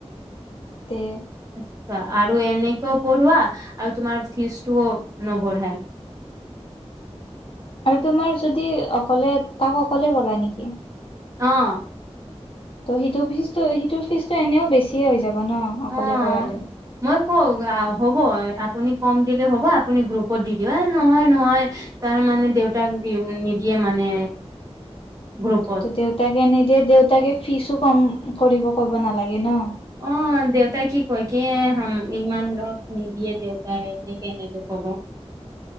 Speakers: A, on the left; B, on the right.
A: তে
B: আচ্ছা আৰু এনেকোৱাও পঢ়োৱা আৰু তোমাৰ ফিজ টোঅ নবঢ়াই
A: আৰু তোমাৰ যদি অকলে তাক অকলে কৰা নিকি
B: অঁ
A: ত' সিটো ফীজটো সিটোৰ ফীজটো এনেও বেছিয়ে হৈ যাব ন অকলে
B: অ',
A: কৰালে
B: মই কওঁ হ'ব আপুনি কম দিলেও হ'ব আপুনি গ্ৰুপত দি দিব এ নহয় নহয় তাৰ মানে দেউতাক নিদিয়ে মানে গ্ৰুপত
A: ত' দেউতাকে নিদিয়ে দেউতাকে ফিচো কম কৰিব ক'ব নালাগে ন
B: অ দেউতাই কি কয় কি হাম ইমান ৰস নিদিয়ে দেউতাই এনেকে এনেকে কব